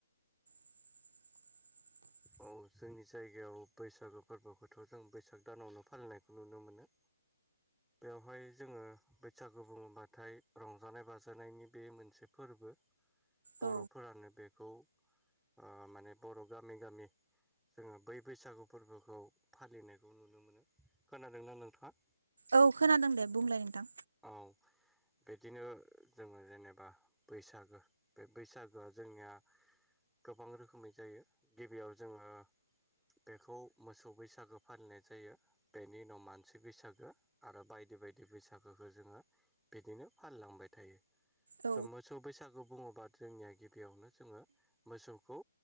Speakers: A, on the right; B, in the centre.
A: <inaudible>
B: औ जोंनि जायगायाव बैसागो फोरबोखौथ' जों बैसाग दानावनो फालिनायखौ नुनो मोनो बेवहाय जोङो बैसागु बुङोबाथाय रंजानाय बाजानायनि बे मोनसे फोरबो फोरबो
A: औ
B: बर'फोरानो बेखौ आ माने बर' गामि गामि जोङो बै बैसागु फोरबोखौ फालिनायखौ नुनो मोनो खोनादोंना नोंथाङा
A: औ खोनादों दे बुंलाय नोंथां
B: औ बिदिनो जोङो जेनेबा बैसागो बे बैसागोआ जोंनिया गोबां रोखोमै जायो गिबियाव जोङो बेखौ मोसौ बैसागो फालिनाय जायो बेनि उनाव मानसि बैसागो आरो बाय - बायदि बायदि बैसागोखौ जोङो बिदिनो फालिलांबाय थायो
A: औ
B: मोसौ बैसागु बुङोबा जोंनिया गिबियावनो जोङो मोसौखौ